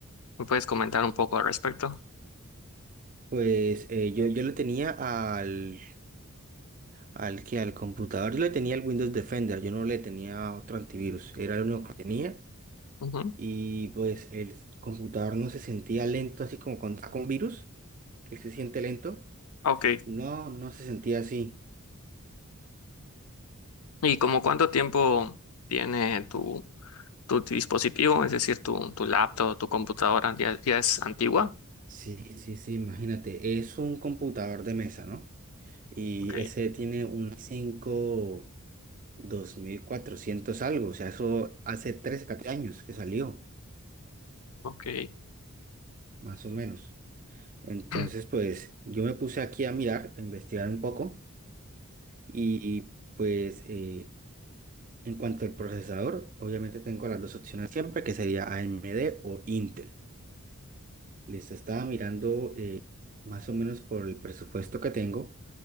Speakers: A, on the left; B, on the right.
A: ¿Me puedes comentar un poco al respecto?
B: Pues eh, yo, yo le tenía al, al que al computador, yo le tenía el Windows Defender, yo no le tenía otro antivirus, era el único que tenía
A: Ujú.
B: y pues el computador no se sentía lento así como cuando está con virus, él se siente lento,
A: Ok.
B: no, no se sentía así.
A: ¿Y como cuánto tiempo tiene tu, tu dispositivo, es decir, tu, tu laptop, tu computadora, ya, ya es antigua?
B: Sí, sí, sí, imagínate, es un computador de mesa, ¿no? Y
A: Ok,
B: ese tiene un i cinco dos mil cuatrocientos algo, o sea, eso hace 13, 14 años que salió,
A: ok,
B: más o menos. Entonces,
A: <clears throat>
B: pues yo me puse aquí a mirar, a investigar un poco y pues eh, en cuanto al procesador, obviamente tengo las dos opciones siempre, que sería AMD o Intel. Listo, estaba mirando eh, más o menos por el presupuesto que tengo,